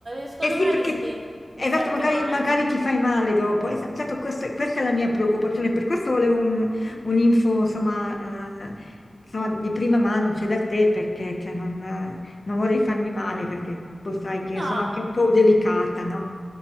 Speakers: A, on the right (about 50°); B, on the left (about 45°).
A: secondo
B: Eh sì,
A: me
B: perché
A: rischi di
B: eh, esatto,
A: farti
B: magari,
A: male.
B: magari ti fai male dopo. Es- Esatto, questo- questa è la mia preoccupazione, per questo volevo un, un'info, insomma, eh, insomma, di prima mano, cioè da te, perché cioè, non, eh, non vorrei farmi male, perché tu sai che
A: No,
B: sono anche un po' delicata, no?